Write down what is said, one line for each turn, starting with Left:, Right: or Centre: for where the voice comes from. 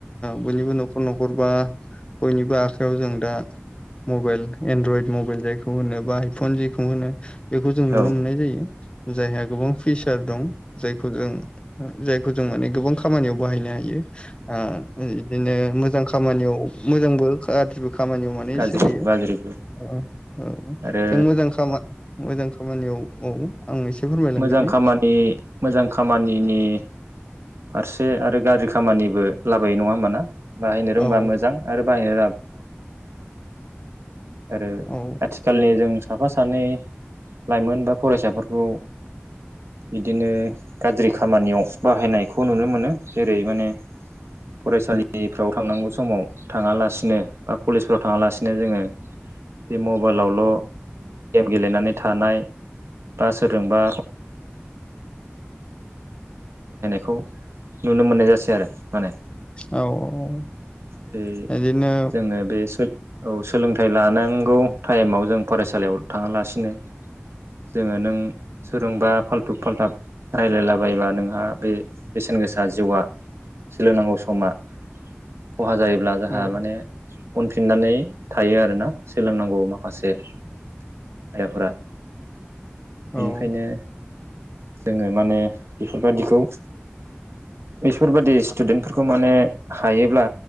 Left: बयनिबो न'खर न'खरबा बयनिबो आखायाव जों दा मबेल एनड्रयड मबेल जायखौ होनो बा आइफन जेखौ होनो। बेखौ जों नुनो
Right: औ
Left: मोननाय जायो जायहा गोबां फिस दं जायखौ जों जायखौ जों माने गोबां खामानियाव बाहायनो हायो। बिदिनो मोजां खामानियाव मोजांबो गाज्रिबो खामानियाव माने
Right: गाज्रि
Left: सोलियो।
Right: गाज्रिबो
Left: औ
Right: आरो
Left: जों मोजां खामा मोजां खामानियाव औ। आं एसे फोरमायलांग्रोनि
Right: मोजां खामानि मोजां खामानिनि फारसे आरो गाज्रि खामानिबो लाबोयो नङा होमबाना बाहायनो
Left: औ
Right: रोंबा मोजां आरो बाहायनो रो
Left: औ
Right: <unintelligible> साफा सानै लाइमोन बा फरायसाफोरखौ बिदिनो गाज्रि खामानियाव बाहायनायखौ नुनो मोनो जेरै माने फरायसालिफ्राव थांनांगौ समाव थाङालासिनो बा कलेजफ्राव थाङालासिनो जोङो- बे मबाइलावल' गेम गेलेनानै थानाय बा सोरजोंबा <unintelligible> नुनो मोननाय जासै आरो माने।
Left: औ औ
Right: उम
Left: बिदिनो
Right: जोङो बे सो औ सोलोंथा थाइ लानांगौ टाइमाव जों फरायसालियाव थाङालासिनो जोङो नों सोरोंबा फाल्थुब फाल्थाब रायलायला बायोबा नोंहा बे बेसेन गोसा जिउआ सोलोंनांगौ समा खहा जायोब्ला जोंहा
Left: औ
Right: माने उनफिननानै थायो आरो ना सोलोंनांगौ माखासे आइ आफोरा
Left: औ
Right: बेनिखायनो दोङो माने बेफोरबादिखौ बेफोरबादि स्टुदेन्टफोरखौ माने हायोब्ला